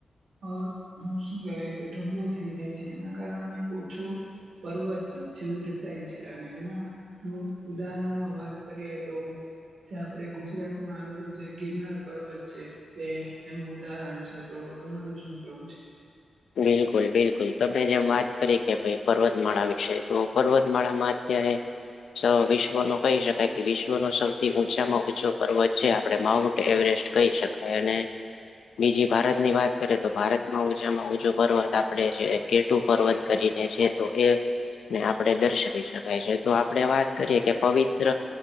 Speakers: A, on the right (about 75°); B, on the left (about 75°).
A: અ શું કેવાય કે ઢગલો થઈ જાય છે એના કારણે ઓછો. પર્વત જેવું રચાય છે અને એના. જો ઉદાહરણમાં વાત કરીએ તો. જે આપડે ગુજરાત માં આવેલું જે ગિરનાર પર્વત છે. તે એનું ઉદાહરણ છે તો તમારું શું કેવું છે.
B: બિલકુલ બિલકુલ તમે જેમ વાત કરી કે પર્વતમાળા વિશે તો પર્વતમાળામાં અત્યારે વિશ્વ નો કહી શકાય કે વિશ્વનો સૌથી ઊંચામાં ઊં ચો પર્વત છે આપડે માઉડ એવરેસ્ટ કહી શકાય અને બીજી ભારત ની વાત કરીે તો ભારતમાં ઉચામાં પર્વત આપણે જે કેટું પર્વત કરીને છે તો એ ને આપણે દર્શાવી શકાય છે તો આપણે વાત કરીએ કે પવિત્ર